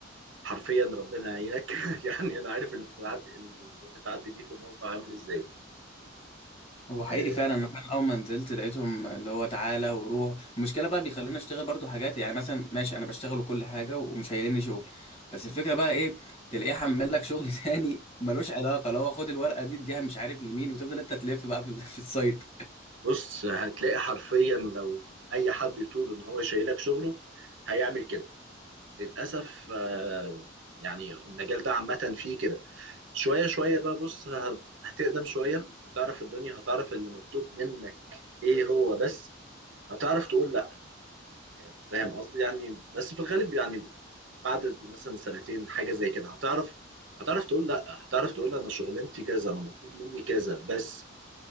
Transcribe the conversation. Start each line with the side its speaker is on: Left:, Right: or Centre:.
Right: حرفيا ربنا يعينك <laughs> يعني انا عارف اللي بتعدي اللي بتعدي بيه في الموقع عامل ازاي
Left: هو حقيقي
Right: آه،
Left: فعلا انا فعلا اول ما نزلت لقيتهم اللي هو تعالى وروح المشكله بقى بيخلوني اشتغل برضو حاجات يعني مثلا ماشي انا بشتغل وكل حاجه ومش هيلني شغل بس الفكره بقى ايه تلاقيه حمل لك شغل <laughs> تاني ملوش علاقه لو هو خد الورقه دي اديها مش عارف لمين وتفضل انت تلف بقى في ال- <laughs> في السايت
Right: بص هتلاقي حرفيا لو اي حد يطول ان هو شايلك شغله هيعمل كده للاسف آه، يعني المجال ده عامه فيه كده شويه شويه بقى بص ه- هتقدم شويه هتعرف الدنيا هتعرف اللي مطلوب منك ايه هو بس هتعرف تقول لا فاهم قصدي يعني بس في الغالب يعني بعد مثلا سنتين حاجه زي كده هتعرف هتعرف تقول لا هتعرف تقول انا شغلانتي كذا انا مطلوب مني كذا بس